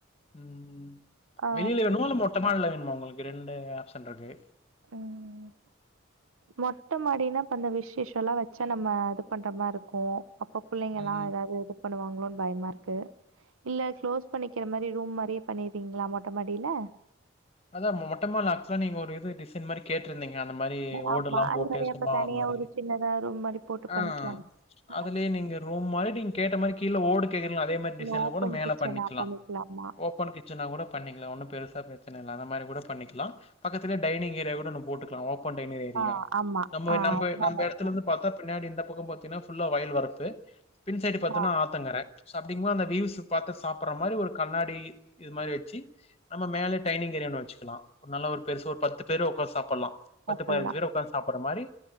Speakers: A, on the left; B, on the right.
A: ம்ம்
B: ஆ
A: வெளியில வேணுமா இல்ல மொட்டைமாடில வேணுமா உங்களுக்கு இங்கே ரெண்டு ஆப்சென் இருக்கு
B: ம் மொட்ட மாடினா இப்ப அந்த விசேஷோ எல்லா வச்சா நம்ம அது பண்ற மாரி இருக்கு அப்ப பிள்ளைங்க எல்லா
A: ம்.
B: ஏதாவது இது பண்ணுவாங்களோன்னு பயமா இருக்கு இல்ல க்ளோஸ் பண்ணிக்கிற மாரி ரூம் மாரியே பண்ணிரீங்களா மொட்ட மாடியில
A: அதான் மொட்டமாடில ஆக்சுவலா நீங்க ஒரு இது டிசைன் மாரி கேட்டுருந்தீங்க அந்த மாரி
B: ஆமா.
A: ஓடெல்லாம்
B: அது
A: போட்டு
B: மாரி அப்ப
A: சும்மா
B: தனியா
A: வர மாதிரி
B: ஒரு சின்னதா ரூம் மாரி போட்டு பண்ணிக்கலாம்.
A: ஆ
B: ஆ
A: அதுலயே நீங்க ரூம் மாரி நீங்க கேட்ட மாரி கீழ ஓடு கேக்கறிங்கள அதே மாரி
B: இல்ல
A: டிசைன்ல
B: ஓப்பன்
A: கூட மேல
B: கிச்சனா
A: பண்ணிக்கலா
B: பண்ணிக்கலாமா?
A: ஓபன் கிச்சனா கூட பண்ணிக்கலா ஒண்ணு பெருசா ப்ரச் சன இல்ல அந்த மாிரி கூட பண்ணிக்கலா பக்கத்துலயே டைனிங் ஏரியா கூட ஒன்னு போட்டுக்லா ஓப் பன் டைனிங் ஏரியா
B: ஆ ஆமா.
A: நம்ம
B: ஆ
A: நம்
B: அது நல்லதுதான்.
A: நம்ப எடத்தலருந்து பாத்தா பின்னாடி இந்த இந்த பக்கம் பாத்தினா ஃபுல்லா வயல் வரப்பு பின் சைடு பாத்தோனா
B: ஆ
A: ஆத்தங்கர அப்படிங்போ அந்த வியூஸ் பாத்து சாப்படற மாரி ஒரு கண்ணாடி இது மாரி வெச்சு நம்ம மேல டைனிங் ஏரியானு வெச்சுக்கலா ஒரு நல்ல ஒரு பெருசா ஒரு பத்து பேரு உக்காந்து சாப்பட்லா பத்து
B: அப்பல்லாம்.
A: பதனஞ்சு பேரு உக்காந்து சாப்படுற மாரி